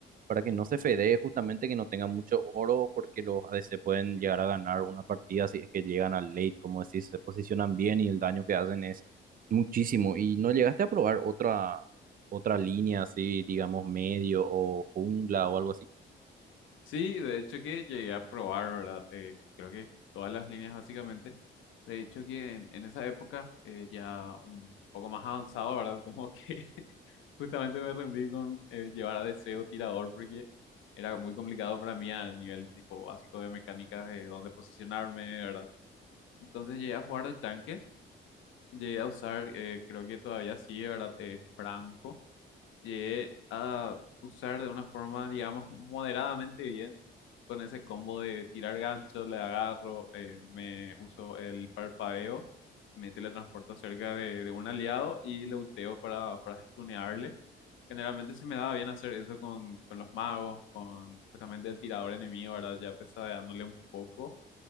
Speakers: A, on the right (about 45°); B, on the left (about 80°).
A: para que no se fedee justamente que no tenga mucho oro porque los a ADC pueden llegar a ganar una partida si es que llegan al late, como decís, se posicionan bien y el daño que hacen es muchísimo. ¿Y no llegaste a probar otra, otra línea así, digamos, medio o jungla o algo así?
B: Sí, de hecho que llegué a probar, ¿verdad? Eh, creo que todas las líneas básicamente. De hecho que en, en esa época eh, ya un poco más avanzado, ¿verdad? <laughs> Como que Justamente me rendí con eh, llevar a Deseo tirador porque era muy complicado para mí a nivel tipo básico de mecánicas de dónde posicionarme, ¿verdad? Entonces llegué a jugar de tanque, llegué a usar, eh, creo que todavía sí, ¿verdad? Eh, Franco, llegué a usar de una forma, digamos, moderadamente bien con ese combo de tirar gancho, le agarro, eh, me uso el parpadeo, me teletransporto cerca de, de un aliado y le ulteo para, para stunearle. Generalmente se me daba bien hacer eso con, con los magos, con justamente el tirador enemigo, ¿verdad? Ya pesadeándole un poco.